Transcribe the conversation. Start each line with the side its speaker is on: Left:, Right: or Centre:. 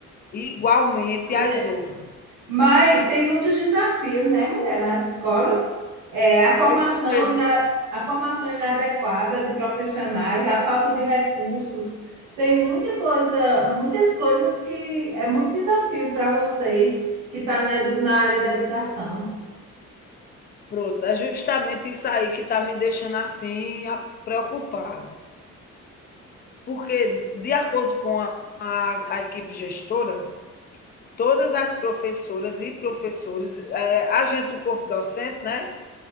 Left: igualmente
Right: Mulher,
Left: às outras.
Right: Mas tem muitos desafios, né, mulher? Nas escolas, é, a formação
Left: É isso mesmo.
Right: e a formação inadequada de profissionais, a falta de recursos, tem muita coisa, muitas coisas que é muito desafio para vocês que estão tá na, edu, na área da educação.
Left: Pronto, é justamente isso aí que está me deixando assim preocupada. Porque, de acordo com a, a- a equipe gestora, todas as professoras e professores, eh, a gente, o corpo docente, né?